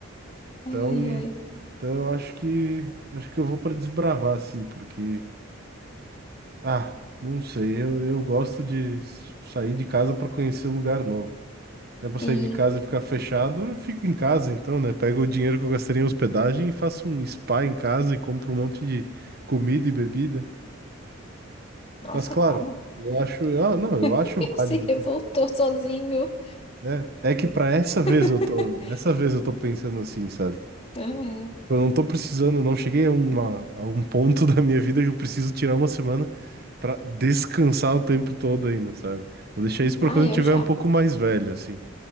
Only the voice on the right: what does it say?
Então,
então eu acho que acho que eu vou para desbravar assim, porque ah, não sei, eu, eu gosto de s- sair de casa para conhecer lugar novo. É pra
sair de casa e ficar fechado, eu fico em casa então, né? Pego o dinheiro que eu gastaria em hospedagem e faço um spa em casa e compro um monte de comida e bebida.
Mas claro,
eu acho, eu, não, eu
acho válido
também.
né? é que pra essa
vez eu tô, essa vez eu tô pensando assim, sabe?
Eu não tô precisando, não cheguei a, uma, a um ponto <laughs> da minha vida que eu preciso tirar uma semana pra descansar o tempo todo ainda, sabe? Vou deixar isso pra
quando
eu tiver
um pouco mais velho, assim.